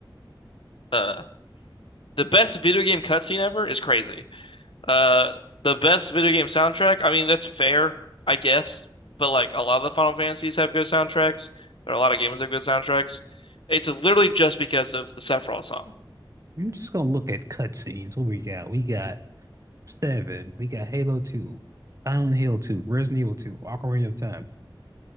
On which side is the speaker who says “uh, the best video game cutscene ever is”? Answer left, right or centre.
Left